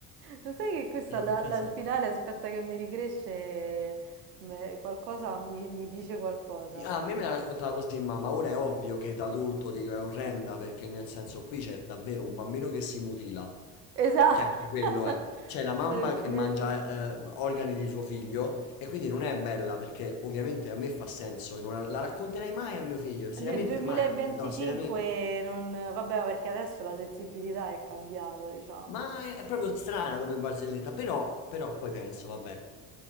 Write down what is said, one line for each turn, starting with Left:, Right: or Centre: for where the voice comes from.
Right: Lo sai che questa
Left: eh,
Right: la-
Left: che
Right: la-
Left: sa?
Right: al finale aspetta che mi ricresce me- qualcosa mi, mi dice qualcosa.
Left: A me me la raccontava così mamma, ora è ovvio che da adulto dico è orrenda perché nel senso qui c'è davvero un bambino che si mutila,
Right: Esatto.
Left: cioè perché quello
Right: <laughs>
Left: è, c'è la mamma che
Right: Nel,
Left: mangia eh, organi di suo figlio e quindi non è bella perché ovviamente a me fa senso e non la, la racconterai mai a mio figlio, seriamente
Right: nel 2025
Left: mai a mio figlio, no seriamente,
Right: non... Vabbè, ma perché adesso la sensibilità è cambiata, diciamo.
Left: Ma è, è proprio strana come barzelletta, però, però poi penso, vabbè,